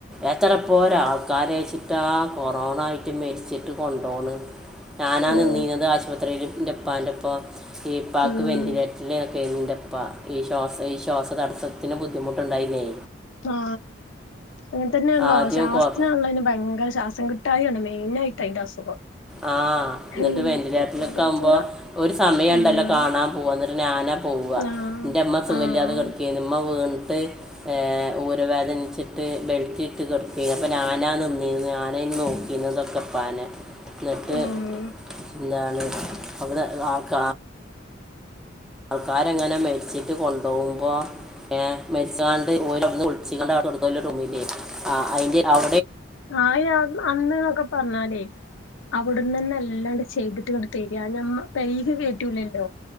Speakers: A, in the centre; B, on the left (about 80°).
A: എത്രപ്പോരാ ആൾക്കാരാച്ചിട്ടാ കൊറോണ ആയിട്ട് മെരിച്ചിട്ട് കൊണ്ടോണ് ഞാനാ
B: ഓഹ്
A: നിന്നീനത് ആശുപ ല് ന്റെ ഉപ്പാന്റെ ഒപ്പോ ഈപ്പാക്ക്
B: ഉം
A: വെന്റിലേറ്ററിലൊക്കെയ്ര്ന്ന് ന്റെ ഇപ്പ ഈ ശ്വാസ ഈ ശ്വാസതടസ്സത്തിന് ബുദ്ധിമുട്ടുണ്ടായിന്നേ
B: ആ അങ്ങനെ തന്നെയാണല്ലോ.
A: ആദ്യം
B: ശ്വാസാണല്ലോ
A: കൊറ
B: അയ്ന് ഭയങ്കര ശ്വാസം കിട്ട ട്ടായാണ്‌ മെയിനായിട്ടയിന്റെ അസുഖം
A: ആ
B: ഹയ്യോ
A: ന്നിട്ട് വെന്റിലേറ്ററിലൊക്കെ
B: ആലോചിച്ചൂടാ
A: ആവുമ്പോ ഒരു സമയണ്ടല്ലോ
B: ഉം
A: കാണാൻപൂവാൻ. ന്നിട്ട് ഞാനാ പൂവാ.
B: ആഹ്
A: ന്റെ ഇമ്മ സുഖല്യാതെ
B: ആഹ്
A: കിടക്കേയ്ന്നു വീണ് ട്ട് ഊര വേദനിച്ചിട്ട് ബെൽറ്റിട്ട് കെടക്കേർന്നു. അപ്പ ഞാനാ നിന്നിരുന്നു ഞാനേയിരുന്ന് നോക്കിയിരുന്നതൊക്കെപ്പാനേ ന്നിട്ട്
B: ഉം
A: ന്താണ് അവിടെ കാ ആൾക്കാരങ്ങനെ മെരിച്ച കൊണ്ടവുമ്പോ ഏ മെരിച്ചാണ്ട് <unintelligible> ആ അയിന്റെ അവ
B: ആ അയ്‌ന് അന്ന്ന്നൊക്കെ പറഞ്ഞാലേ അവിടന്ന്ന്നെ ല്ലാണ്ട് ചെയ്തിട്ട് ഇങ്ങട് തരാ ഞമ്മ പെരേൽക്ക് കേറ്റൂല്ലല്ലോ.